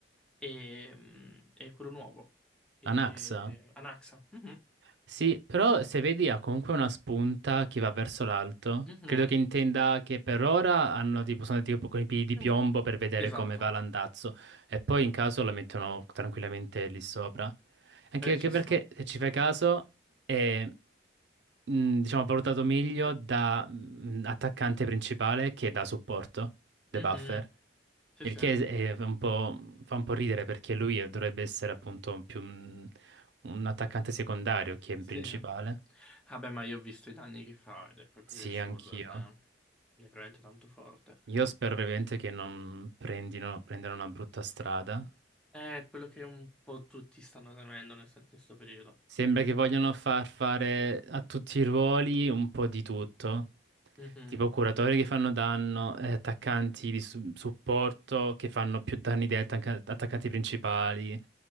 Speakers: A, in the centre; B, on the right.
A: è, è quello nuovo. È
B: Anaxa?
A: Anaxa. Mhm,
B: Sì, però se vedi ha comunque una spunta che va verso l'alto.
A: mhm,
B: Credo che intenda che per ora hanno tipo, sono tipo con i piedi di
A: mm.
B: piombo per vedere
A: Esatto.
B: come va l'andazzo e poi in caso la mettono tranquillamente lì sopra. Anche
A: Eh,
B: anche
A: ci
B: perché
A: sta.
B: se ci fai caso e, mh, diciamo, valutato meglio da mh, attaccante principale che da supporto, De
A: Mhm,
B: Buffer.
A: Sì,
B: Il
A: sì.
B: che è un po', fa un po' ridere perché lui dovrebbe essere appunto più un, un attaccante secondario che un
A: Sì.
B: principale.
A: Vabbè, ma io ho visto i danni che fa ed è qualcosa
B: Sì,
A: di assurdo,
B: anch'io.
A: cioè, è veramente tanto forte.
B: Io spero veramente che non prendino, prendano una brutta strada
A: È quello che un po' tutti stanno temendo nel sen- in questo periodo.
B: Sembra che vogliono far fare a tutti i ruoli un po' di tutto.
A: Mhm.
B: Tipo curatori che fanno danno, eh, attaccanti di su- supporto che fanno più danni degli attacca- attaccanti principali,